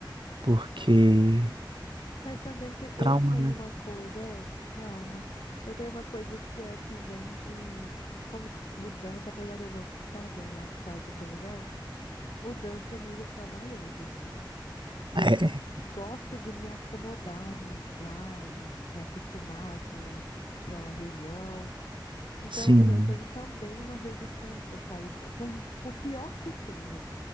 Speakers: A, on the right; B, on the left.
A: Porque
B: Mas também te-
A: trauma,
B: eu tenho
A: né?
B: uma coisa, é, trauma. Eu tenho uma coisa que é também de como mudança, apesar de eu gostar de olhar as casas para alugar, mudança é meio trabalhoso, assim. E
A: É,
B: eu s- gosto de me acomodar num lugar e me acostumar àquela, àquela região. Então,
A: sim,
B: assim, eu tenho também uma resistência a sair, do- por, por pior que esteja